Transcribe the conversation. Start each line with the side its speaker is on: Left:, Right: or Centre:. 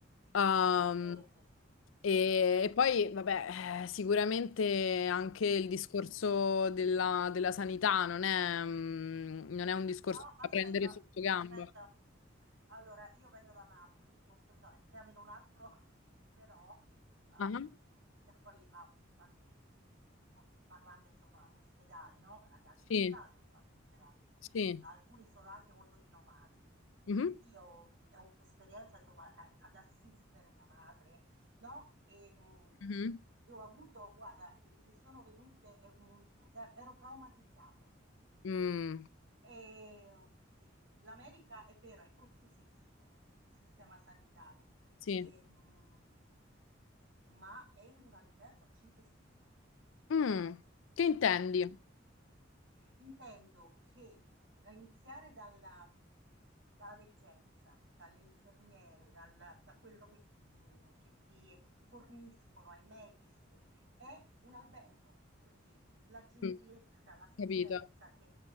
Left: Ehm,
Right: sì, sì, sì.
Left: e, e poi, vabbè, eh, sicuramente anche il discorso della, della sanità non è, mm, non è un discorso
Right: No, aspetta,
Left: da prendere sotto gamba.
Right: aspetta. Allora, io vengo da Napoli, ma questo, entriamo in un altro, però ehm,
Left: Ah,
Right: Napoli ha tantissimi, no, parlando insomma ospedali, no? È una grande città,
Left: Sì,
Right: c'è tanti ospedali.
Left: sì.
Right: Alcuni sono anche molto rinomati.
Left: Mhm,
Right: Io ho un'esperienza insomma a- ad assistere mia madre, no? E, mh,
Left: mhm.
Right: io ho avuto, guarda, mi sono venute, eh, mh, ero traumatizzata
Left: Mm,
Right: e, sì, l'America è vero, è costosissimo il, il sistema sanitario,
Left: sì.
Right: ehm, ma è un albergo a 5 stelle,
Left: Mm, che intendi?
Right: sì. Intendo che a iniziare dalla, dalla degenza, dalle infermiere, dal- da quello che, mh, che ti forniscono ai medici, è un albergo, per dirti, la gentilezza,
Left: Mm,
Right: l'assistenza,
Left: capito.
Right: che,